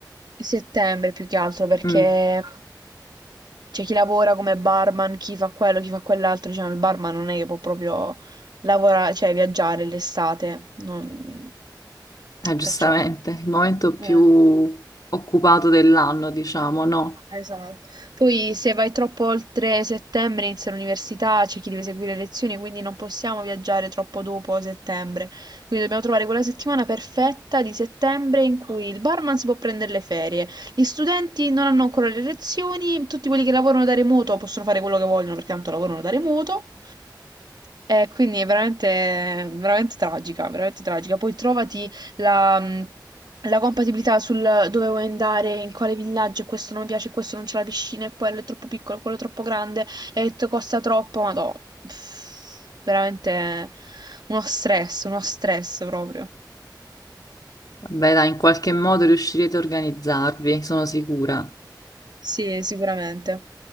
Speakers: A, on the right; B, on the left.
A: Settembre più che altro perché
B: Mm.
A: c'è chi lavora come barman, chi fa quello, chi fa quell'altro, cioè il barman non è che può proprio lavorare, cioè viaggiare l'estate, non-
B: Eh, giustamente,
A: perciò
B: il momento più
A: Eh,
B: occupato dell'anno, diciamo, no?
A: Esatto. Poi se vai troppo oltre settembre inizia l'università, c'è chi deve seguire le lezioni, quindi non possiamo viaggiare troppo dopo settembre. Quindi dobbiamo trovare quella settimana perfetta di settembre in cui il barman si può prendere le ferie, gli studenti non hanno ancora le lezioni, tutti quelli che lavorano da remoto possono fare quello che vogliono perché tanto lavorano da remoto. E quindi è veramente, veramente tragica, veramente tragica. Poi trovati la, mm, la compatibilità sul dove vuoi andare, in quale villaggio, questo non mi piace, questo non c'è la piscina, e quello è troppo piccolo, quello è troppo grande, e t- costa troppo, ma no, Pff, veramente uno stress, uno stress proprio.
B: Beh, dai, in qualche modo riuscirete a organizzarvi, sono sicura.
A: Sì, sicuramente.